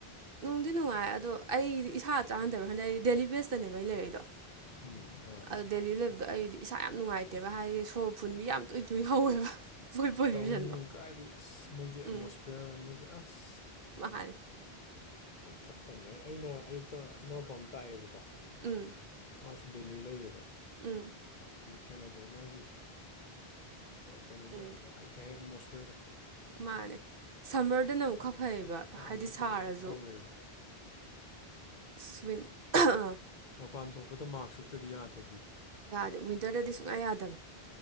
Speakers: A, on the right; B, on the left.
A: ꯅꯨꯡꯗꯤ ꯅꯨꯡꯉꯥꯏ ꯑꯗꯣ ꯑꯩꯗꯤ ꯏꯁꯥ ꯆꯥꯍꯟꯗꯕ꯭ꯔ ꯍꯟꯖꯤꯛꯦ ꯑꯩ ꯗꯦꯂꯤ ꯕꯦꯁꯇꯅꯦꯕ ꯑꯩꯩꯅ ꯂꯩꯔꯛꯏꯗꯣ
B: ꯎꯝ ꯑꯥ
A: ꯑ ꯗꯦꯜꯂꯤ ꯂ ꯑꯗꯣ ꯑꯩꯗꯤ ꯏꯁꯥ ꯌꯥꯝ ꯅꯨꯡꯉꯥꯏꯇꯦꯕ ꯍꯥꯏꯗꯤ ꯁꯣꯔ ꯐꯨꯟꯕꯤ ꯌꯥꯝ ꯇꯣꯏꯅ ꯇꯣꯏꯅ ꯍꯧꯋꯦꯕ ꯃꯣꯏ ꯄꯣꯂ꯭ꯌꯨꯁꯟꯗꯣ
B: ꯇꯧꯅꯤ ꯀꯥꯏꯗꯤ ꯑꯁ ꯃꯥꯣꯏꯒꯤ ꯑꯦꯠꯃꯣꯁꯐꯤꯌꯔ
A: ꯎꯝ
B: ꯃꯥꯒꯤ ꯑꯁ
A: ꯃꯥꯅꯦ
B: ꯌꯥꯝ ꯐꯠ ꯊꯝꯅꯦ ꯑꯩ ꯑꯩꯅ ꯑꯌꯨꯛꯇ ꯏꯅꯥꯎꯄꯥ ꯑꯃ ꯇꯥꯛꯑꯦꯕꯀꯣ
A: ꯎꯝ
B: ꯃꯥꯁꯨ ꯗꯦꯜꯂꯤ ꯂꯩꯌꯦꯕ
A: ꯎꯝ
B: ꯀꯩꯅꯣꯗꯣ ꯃꯥꯒꯤ ꯀꯩꯅꯣꯗꯣ
A: ꯎꯝ
B: ꯌꯥꯝ ꯅꯨꯡꯉꯥꯏꯇꯦ ꯑꯦꯠꯃꯣꯁꯐꯤꯌꯔ
A: ꯃꯥꯅꯦ ꯁꯝꯃꯔꯗꯅ ꯑꯃꯨꯛꯀ ꯐꯩꯌꯦꯕ
B: ꯌꯥꯝꯅ
A: ꯍꯥꯏꯕꯗꯤ
B: ꯀꯩꯅꯣ
A: ꯁꯥꯔꯁꯨ
B: ꯇꯧꯔꯦꯕ
A: ꯁꯨꯋꯤꯟ ꯑꯥ
B: ꯄꯥꯟ ꯊꯣꯛꯄꯗ ꯃꯥꯔꯛꯁꯨ ꯎꯞꯇꯗꯤ ꯌꯥꯗꯕꯤ
A: ꯗꯦ ꯋꯤꯟꯇꯔꯗꯗꯤ ꯁꯨꯡꯌꯥ ꯌꯥꯗꯕꯅꯤ